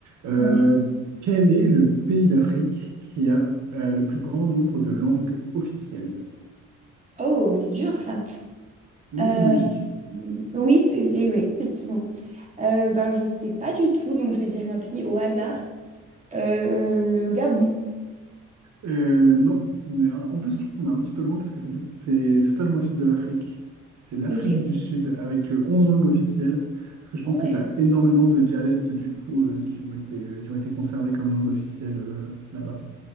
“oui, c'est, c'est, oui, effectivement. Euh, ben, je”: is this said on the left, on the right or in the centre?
Right